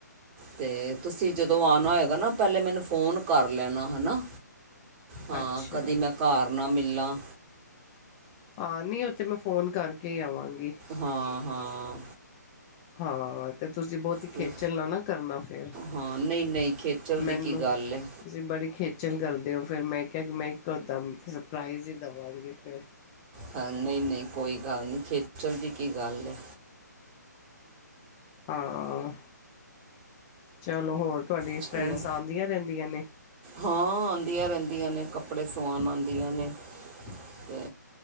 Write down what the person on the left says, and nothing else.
ਅੱਛਾ
ਹਾਂ ਨਹੀ ਉਥੇ ਮੈਂ ਫ਼ੋਨ ਕਰਕੇ ਆਵਾਂਗੀ।
ਹਾਂ ਤੇ ਤੁਸੀਂ ਬਹੁਤ
ਖੇਚਲਣਾ ਨਾ ਕਰਨਾ ਫਿਰ,
ਮੈਨੂੰ।
ਤੁਸੀਂ ਬੜੀ ਖੇਚਲ ਕਰਦੇ ਹੋ ਫਿਰ। ਮੈਂ ਕਿਹਾ ਕਿ ਮੈਂ ਇੱਕੋ ਦਮ ਸਰਪਰਾਈਜ਼ ਹੀ ਦੇਵਾਂਗੀ ਫਿਰ।
ਹਾਂ, ਚਲੋ ਹੋਰ ਤੁਹਾਡੀ ਫਰੈਂਡਸ
ਆਦੀਆਂ ਰਹਿੰਦੀਆਂ ਨੇ।